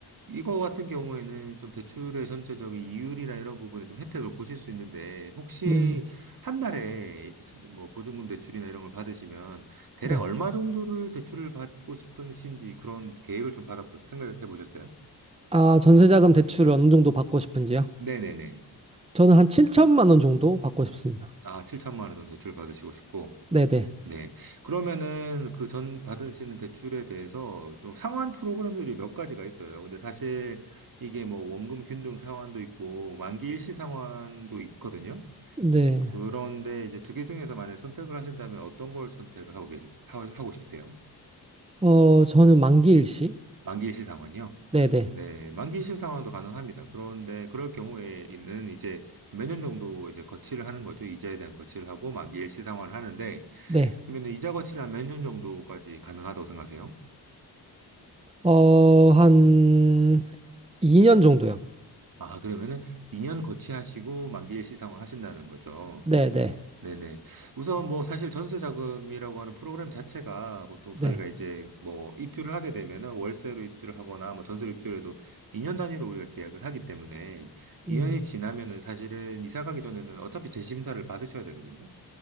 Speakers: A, on the right; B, on the right.
A: 이거 같은 경우에는 좀 대출의 전체적인 이율이나 이런 부분에 좀 혜택을 보실 수 있는데 혹시
B: 네.
A: 한 달에 이렇게 수- 뭐 보증금 대출이나 이런 걸 받으시면 대략
B: 네.
A: 얼마 정도를 대출을 받고 싶으신지 그런 계획을 좀 받아 생각해 보셨어요?
B: 아, 전세자금 대출을 어느 정도 받고 싶은지요?
A: 네네네.
B: 저는 한 7천만 원 정도 받고 싶습니다.
A: 아, 7천만 원 정도 대출 받으시고 싶고
B: 네네.
A: 네. 그러면은 그 전 받으시는 대출에 대해서 좀 상환 프로그램들이 몇 가지가 있어요. 근데 사실 이게 뭐 원금 균등 상환도 있고 만기 일시 상환도 있거든요.
B: 네.
A: 그런데 이제 두 개 중에서 만약 선택을 하신다면 어떤 걸 선택을 하고 계시, 하- 하고 싶으세요?
B: 어, 저는 만기일 시.
A: 만기일시 상환이요?
B: 네네.
A: 네, 만기일시 상환도 가능합니다. 그런데 그럴 경우에는 있 이제 몇 년 정도 이제 거치를 하는 거죠. 이자에 대한 거치를 하고 만기일시 상환을 하는데
B: 네.
A: 그러면은 이자 거치를 한 몇 년 정도까지 가능하다고 생각하세요?
B: 어, 한 2년 정도요.
A: 아, 그러면은 2년 거치하시고 만기일시 상환 하신다는 거죠.
B: 네네.
A: 네네. 우선 뭐 사실 전세 자금이라고 하는 프로그램 자체가 보통
B: 네.
A: 저희가 이제 뭐 입주를 하게 되면은 월세로 입주를 하거나 뭐 전세로 입주를 해도 2년 단위로 우리가 계약을 하기 때문에 2년이
B: 음,
A: 지나면은 사실은 이사 가기 전에는 어차피 재심사를 받으셔야 되거든요.